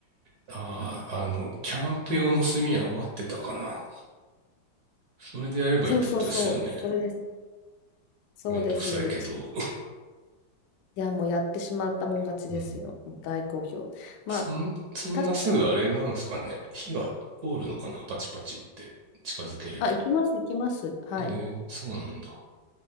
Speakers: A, on the right; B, on the left.
A: ああ、あの、キャンプ用の炭余ってたかな。
B: うん、
A: それでやればいいってことですよね。
B: そうそうそう、それです、そうです。
A: めんどくさいけど。
B: ちいや、もうやってしまったもん勝ちですよ、
A: <laughs> うん。
B: 大好評。まあ、
A: そん、そんなすぐあれなんですかね。
B: 確かに、
A: 火が通るのかなパチパチって近づければ。
B: あ、行きます、行きます、はい、
A: えー、そうなんだ。